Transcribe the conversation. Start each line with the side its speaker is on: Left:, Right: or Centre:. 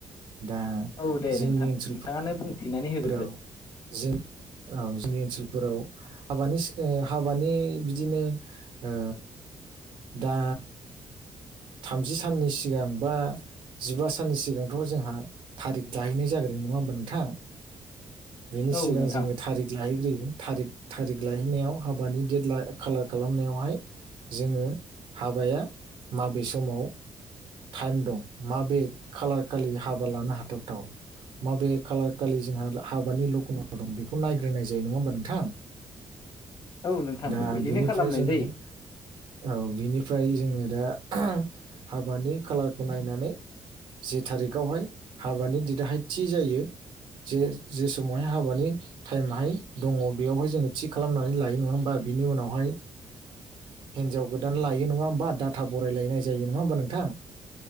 Right: दा
Left: औ दे
Right: जोंनि
Left: नोंथां
Right: ओनसोल
Left: नोंथाङानो बुंथिनानै होग्रोदो
Right: फोराव जों औ जोंनि ओनसोलफोराव हाबानि ओ हाबानि बिदिनो ओ दा थामजि साननि सिगां बा जिबा साननि सिगांथ' जोंहा थारिग दाहैनाय जाग्रोयो नङा होमबा नोंथां बेनि
Left: औ
Right: सिगां
Left: नोंथां
Right: जोङो थारिख लाहैग्रोयो थारिक थारिक लायहैनायाव हाबानि डेट ला खालार खालामनायावहाय जोङो हाबाया माबे समाव टाइम दं माबे खालार खालि हाबा लानो हाथावथाव माबे खालार खालि जोंहा हाबानि लग्नआव दं बेखौ नायग्रोनाय जायो नङा होमबा नोंथां
Left: औ नोंथां
Right: दा
Left: बिदिनो
Right: बिनिफ्राय
Left: खालामनाय
Right: जोङो
Left: जायो
Right: औ बिनिफ्राय जोङो दा हाबानि खालारखौ नायनानै जि थारिखआवहाय हाबानि दिदाहाय थि जायो जे जे समावहाय हाबानि टाइमाहाय दङ बेयावहाय जोङो थि खालामनानै लायो नङा होमबा बिनि उनावहाय हिनजाव गोदान लायो नङा होमबा डाटा बरायलायनाय जायो नङा होमबा नोंथां